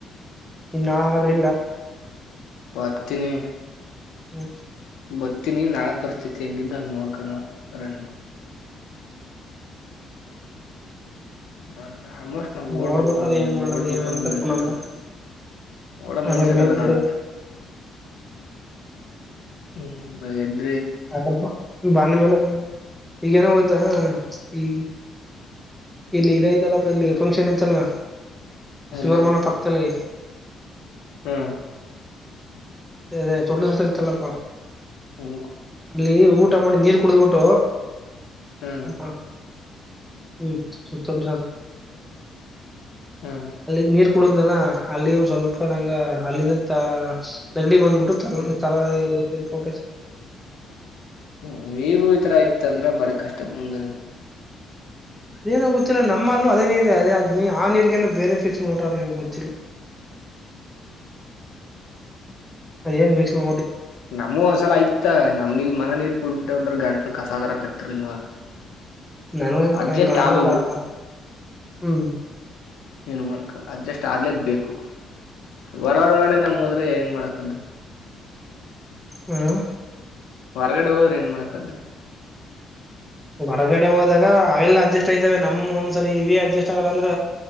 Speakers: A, in the centre; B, on the left (about 75°).
A: ಇನ್ನು ಹಾಗಾದ್ರಿಲ್ಲ.
B: ಬರ್ತೀನಿ
A: ಹ್ಮ
B: ಬತೀನಿ ನಾಳೆ ಪರಿಸ್ಥಿತಿ ಹೆಂಗಿದ್ದ ಹಂಗ್ ನೋಡ್ಕೊಂಡ್ ನಾವ್ ರನ್ನಿಂಗ್ ಹಾ ಅಣ ಆಲ್ಮೋಸ್ಟ್ ನಾವ್
A: ನೋಡ್ಬೇಕದ
B: ಓಡ್ಬೇಕು
A: ಏನ್ ಮಾಡೋದು
B: ಓಡ್ಬೇಕು
A: ಏನ
B: ಅನ್
A: ಅಂತ
B: ಮೈಂಡ್ಸೆಟ್
A: ಪುನಂದು
B: ಅದ ಓಡ ಮೈಂಡ್ಸೆಟ್
A: ಅದ್ರ ಮೇಲೆ
B: ಅದ
A: ಕೂತದ
B: ನಾಳೆ. ಹ್ಮ್ ಬೆಳಗ್ಗೆ ಎದ್ದ್
A: ಅ ಬ ಬಂದ ಮೇಲೆ <unintelligible> ಈಗೇನು ಗೊ ಆ ಈ ಇಲ್ಲಿ ಇದೈತಲ್ಲ ಇಲ್ಲಿ ಫಂಕ್ಷನ್ ಇತ್ತಲ್ಲ ಶಿವರ್
B: ಎಲ್ಲಿ
A: ಮನೆ ಪಕ್ದಲ್ಲಿ
B: ಹ್ಮ್
A: ದೆ ಅದೆ ತೊಟ್ಲು ಶಾಸ್ತ್ರ ಇತಲ್ಲಪ್ಪ
B: ಹ್ಮ
A: ಅಲ್ಲಿ ಊಟ ಮಾಡಿ ನೀರ್ ಕುಡುದ್ಬಿಟ್ಟು
B: ಹ್ಮ್
A: <unintelligible> ಹ್ಮ್ ಸುತ್ತ <unintelligible>
B: ಹ್ಮ್
A: ಅಲ್ಲಿದ್ ನೀರ್ ಕುಡುದ್ನಲ್ಲ ಅಲ್ಲಿ ಒಂದ ಸ್ವಲ್ಪ ನಂಗ ಅಲ್ಲಿಂದ ತ ನೆಗಡಿ ಬಂದ್ಬಿಟ್ಟು ತಲ್ ತಲ ಇರ್ <unintelligible>
B: ಹ್ಮ ನೀರು ಈತರ ಇತ್ ಅಂದ್ರ ಬಾರಿ ಕಷ್ಟ ಮುಂದ
A: ಅದೇನೋ ಗೊತ್ತಿಲ್ಲ ನಮ್ಮ ಅಲ್ಲೂ ಅದೇ ನೀರೆ ಅದೇ ಅದ್ ನೀ ಆ ನೀರ್ಗನ ಬೇರೆ ಫಿಕ್ಸ್ ಮಾಡ್ಬಿಟ್ಟಾರ ಏನೋ ಗೊತ್ತಿಲ್ಲ. ಏನ್ ಮಿಕ್ಸ್ನು.
B: ನಮ್ಮಗು ಒಂದ್ಸಲ ಆಯ್ತ ನಮ್ಮಿಲ್ ಮನೆ ನೀರ್ ಕುಡ್ಬಿಟ್ಟೆ ಒಂದ್ತರ ಗಂಟ್ ದು ಕಸ ಅದ್ರ ಕಟ್ ತಿರ್ಲಿಲ್ವಾ.
A: ನನ್ಗ
B: ಅಡ್ಜಸ್ಟ್
A: ಗಂಡ್ಲು
B: ಆಗ್ಬೇಕು
A: ಕಾರ ಹ್ಮ್
B: ಏನು ಮಾಡ್ಕಲ್ಲ ಅಡ್ಜಸ್ಟ್ ಆಗ್ಲೇ ಬೇಕ್ ಹೊರ ಹೊರಗಡೆ ನಮ್ ಹೋದ್ರೆ ಏನ್ ಮಾಡಕದ್ದು.
A: ಹ್ಮ್
B: ಹೊರ್ಗಡೆ ಹೋದ್ರೆ ಏನ್ ಮಾಡಕದ್ದು.
A: ಹೊರಗಡೆ ಹೋದಾಗ ಅವೆಲ್ಲ ಅಡ್ಜಸ್ಟ್ ಆಯ್ತವೆ ನಮ್ ಒಂದ್ಸರಿ ಇವೆ ಅಡ್ಜಸ್ಟ್ ಆಗಲ್ಲ ಅಂದ್ರ